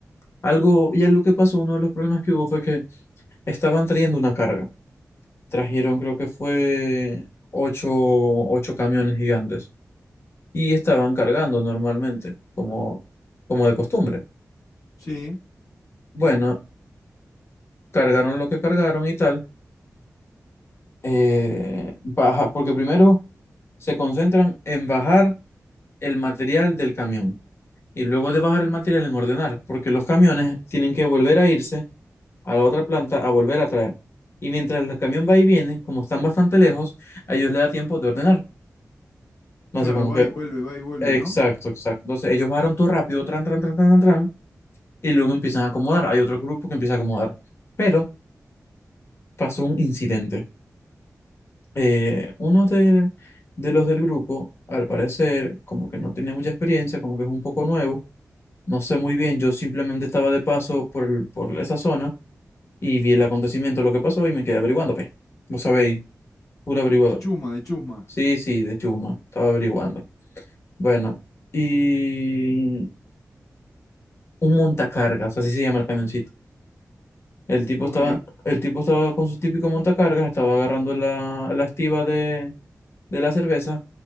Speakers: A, on the left (about 50°); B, on the left (about 70°).
A: Algo, y algo que pasó, uno de los problemas que hubo fue que estaban trayendo una carga. Trajeron, creo que fue ocho, ocho camiones gigantes. Y estaban cargando normalmente, como, como de costumbre.
B: Sí.
A: Bueno, cargaron lo que cargaron y tal, eh, baja, porque primero se concentran en bajar el material del camión y luego de bajar el material en ordenar, porque los camiones tienen que volver a irse a la otra planta a volver a traer. Y mientras el camión va y viene, como están bastante lejos, a ellos les da tiempo de ordenar. Entonces,
B: Claro,
A: como
B: va
A: que,
B: y vuelve, va y vuelve,
A: exacto,
B: ¿no?
A: exacto. Entonces, ellos bajaron todo rápido, tran, tran, tran, tran, tran, tran, y luego empiezan a acomodar. Hay otro grupo que empieza a acomodar. Pero pasó un incidente. eh, uno del- de los del grupo, al parecer, como que no tenía mucha experiencia, como que es un poco nuevo, no sé muy bien, yo simplemente estaba de paso por, el- por esa zona y vi el acontecimiento, lo que pasó y me quedé averiguando, pues, vos sabéis, puro averiguador.
B: De chusma, de chusma.
A: Sí, sí, de chuma, estaba averiguando. Bueno, y un montacargas, así se llama el camioncito. El tipo
B: Ok.
A: estaba, el tipo estaba con su típico montacargas, estaba agarrando la, la estiba de, de la cerveza,